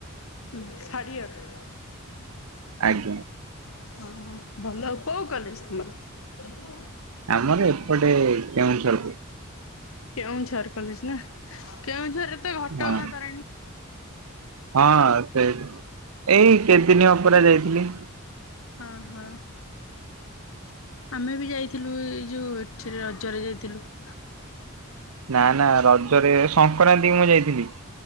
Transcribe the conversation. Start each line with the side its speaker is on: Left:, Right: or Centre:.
Left: ହଁ ଥାର୍ଡ ଇଅର?
Right: ଆଜ୍ଞା।
Left: ହଁ ହଁ ଭଲ ଆଉ କୋଉ କଲେଜ ତମର? <inaudible>
Right: ଆମର ଏପଟେ କେଉଁଝରକୁ
Left: କେଉଁଝର କଲେଜ ନା କେଉଁଝରରେ ତ ଘଟ
Right: ହଁ
Left: ଗାଁ ତାରେଣୀ
Right: ହଁ ସେଇଠି ଏଇ କେତେଦିନ ହବ ପରା ଯାଇଥିଲି।
Left: ହଁ ହଁ। ଆମେ ବି ଯାଇଥିଲୁ ଏଇ ଯୋଉ ଏଠିରେ ରଜରେ ଯାଇଥିଲୁ। <inaudible>
Right: ନା ନା ରଜରେ ସଂକ୍ରାନ୍ତି କି ମୁଁ ଯାଇଥିଲି।